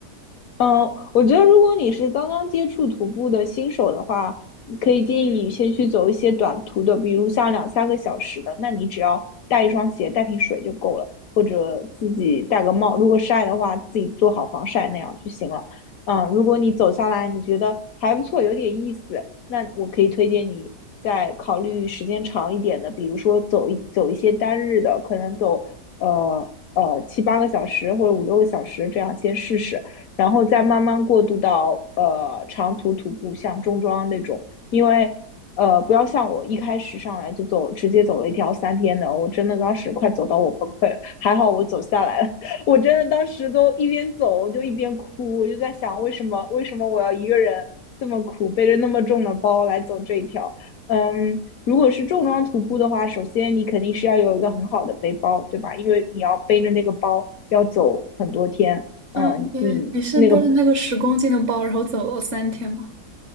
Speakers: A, on the left; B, on the right.
A: 嗯，我觉得如果你是刚刚接触徒步的新手的话，你可以建议你先去走一些短途的，比如像两三个小时的，那你只要带一双鞋、带瓶水就够了，或者自己戴个帽，如果晒的话，自己做好防晒那样就行了。嗯，如果你走下来你觉得还不错，有点意思，那我可以推荐你再考虑时间长一点的，比如说走一走一些单日的，可能走呃呃七八个小时或者五六个小时这样先试试。然后再慢慢过渡到呃长途徒步，像中装那种，因为呃不要像我一开始上来就走，直接走了一条三天的，我真的当时快走到我崩溃了，还好我走下来了，<laughs> 我真的当时都一边走我就一边哭，我就在想为什么为什么我要一个人这么苦，背着那么重的包来走这一条，嗯。如果是重装徒步的话，首先你肯定是要有一个很好的背包，对吧？因为你要背着那个包要走很多天，嗯，
B: 嗯，对，
A: 你你那个，
B: 你是背着那个十公斤的包，然后走了三天吗？